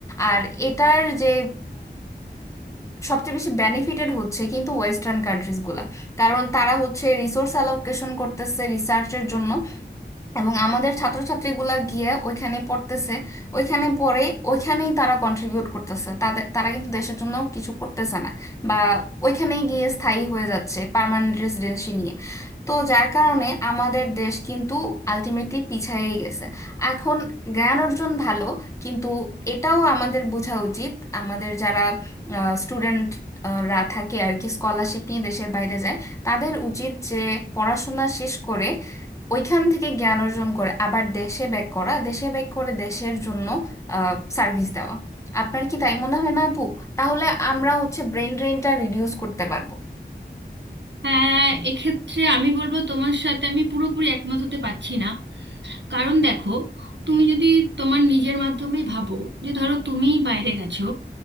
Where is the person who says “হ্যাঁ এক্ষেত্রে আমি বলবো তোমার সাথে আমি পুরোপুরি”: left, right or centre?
Right